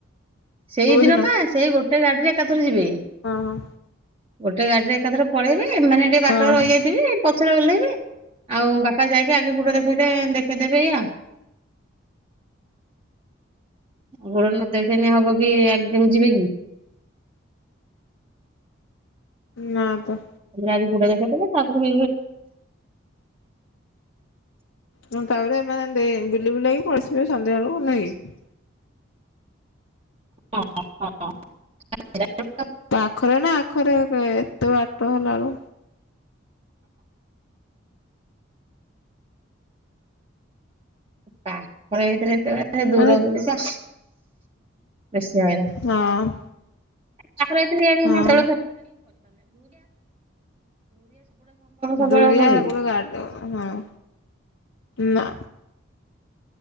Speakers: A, on the right; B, on the left.
A: ସେଇଦିନ
B: କୋଉ ଦିନ?
A: ପା ସେଇ ଗୋଟେ ଗାଡିରେ ଏକାଥର ଯିବେ।
B: ହଁ ହଁ।
A: ଗୋଟେ ଗାଡିରେ ଏକାଥର ପଳେଇବେ ମାନେ ଟିକେ ବାଟରେ
B: ହଁ
A: ରହିଯାଇଥିବେ
B: ହଁ
A: ପଛରେ ଓହ୍ଲେଇବି ଆଉ ବାପା ଯାଇକି ଆଗେ ଗୋଟେ ଦେଖେଇ ଦେଖେଇଦେବେ ଏୟା। ଗୋଡ ନତେ ଖନି ହବ କି ଆଗ କେମ ଯିବେ କି?
B: ନା ତ।
A: ଯାଇକି ଗୁଡା ଦେଖେଇଦେଲେ ତାପରେ
B: ମୁଁ ତାପରେ ଏ ବୁଲି ବୁଲେଇକି ପଳେଇିବେ ସନ୍ଧ୍ୟାବେଳକୁ ନାଇକି।
A: <unintelligible>
B: ତା ପାଖରେ ନା ଆଖରେ ଏତେ ବାଟ ହେଲାଆବଳୁ।
A: ପା ଖରେ ହେଇଥିଲେ ଏତେ ସେ ଦୂର
B: ମାନେ
A: ବୋଲିିକ ବେଶି <unintelligible>
B: ହଁ
A: <unintelligible> ସବୁଡା ସମ୍ପର୍ବ
B: ହଁ
A: ସବୁବେଳଳେ
B: ଦୁରିଆ
A: କରିବ।
B: ଗୋଟେ ଗାଡି ହଁ ନା।